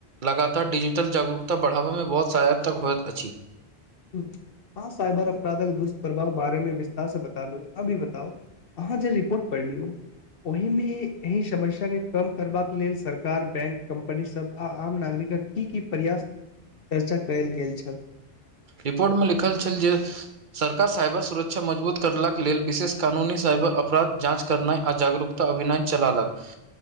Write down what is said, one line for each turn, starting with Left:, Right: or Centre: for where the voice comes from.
Right: लगातार डिजिटल जागरूकता बढ़ाबैमे बहुत साहयतक होइत अछि
Left: हँ साइबर अपराध के दुष्प्रभाव बारेमे विस्तार से बता लू अभी बताउ अहाँ जे रिपोर्ट पढ़लीयो ओहिमे एहि समस्या के कम करबाक लेल सरकार बैंक कम्पनी सभ आ आम नागरिकक की की प्रयास चर्चा कयल गेल छल
Right: रिपोर्टमे लिखल छल जे सरकार साइबर सुरक्षा मजबूत करलाक लेल विशेष कानूनी साइबर अपराध जाँच करनाय आ जागरूकता अभिनय चला लक